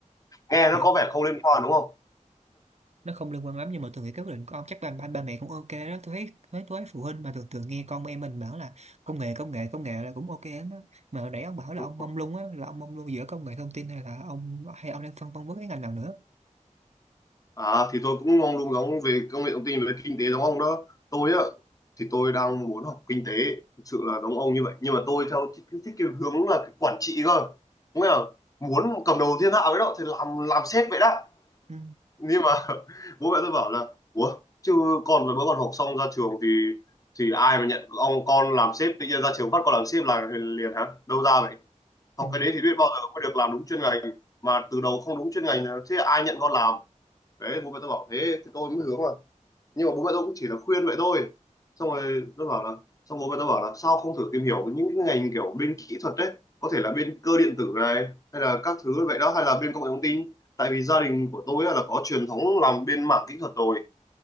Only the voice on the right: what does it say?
Vậy
nó không liên quan lắm nhưng mà tôi nghĩ cái quyết định của ông chắc ba ba, ba mẹ cũng ok đó. Tôi thấy thấy tôi thấy phụ huynh mà thường thường nghe con em mình bảo là công nghệ công nghệ công nghệ là cũng ok lắm đó. Mà hồi nãy ông bảo là
ông mông
lung á, là ông mông lung giữa công nghệ thông tin hay là ông hay ông đang phân vân với cái ngành nào nữa.
Ừ.
Ừ.